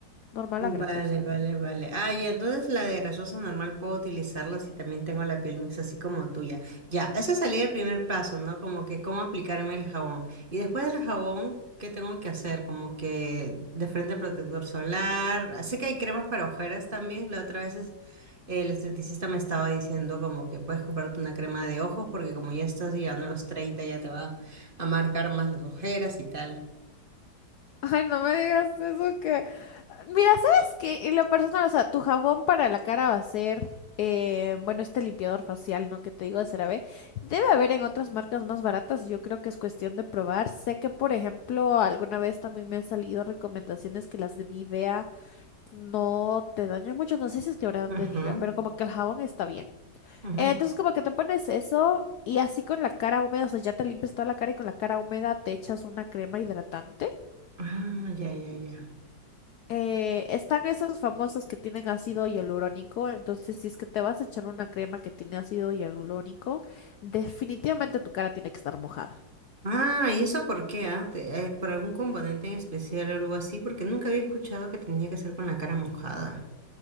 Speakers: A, on the left; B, on the right.
A: normal
B: Vale,
A: a grasosa.
B: vale, vale. Ah, y entonces la de grasosa normal puedo utilizarla si también tengo la piel mixta así como tuya. Ya, ese sería el primer paso, ¿no? Como que cómo aplicarme el jabón. Y después del jabón, ¿qué tengo que hacer? Como que de frente protector solar. Ah, Sé que hay cremas para ojeras también. La otra vez es- el esteticista me estaba diciendo como que puedes comprarte una crema de ojos porque como ya estás llegando a los 30 ya te va a marcar más las ojeras y tal.
A: Ay, no me digas eso que... Mira, ¿sabes qué? En lo personal, o sea, tu jabón para la cara va a ser, eh, bueno, este limpiador facial, ¿no? Que te digo de CeraVe. Debe haber en otras marcas más baratas y yo creo que es cuestión de probar. Sé que, por ejemplo, alguna vez también me han salido recomendaciones que las de Nivea no te dañan mucho. No sé si es que habrán
B: Ajá,
A: de Nivea, pero como que el jabón está bien.
B: ajá.
A: Eh, entonces, como que te pones eso y así con la cara húmeda, o sea, ya te limpias toda la cara y con la cara húmeda te echas una crema hidratante.
B: Ah, ya, ya, ya.
A: Eh, están esos famosos que tienen ácido hialurónico, entonces si es que te vas a echar una crema que tiene ácido hialurónico, definitivamente tu cara tiene que estar mojada.
B: Ah, ¿y eso por qué? ah? Te- eh, ¿por algún componente en especial o algo así? Porque nunca había escuchado que tenía que ser con la cara mojada.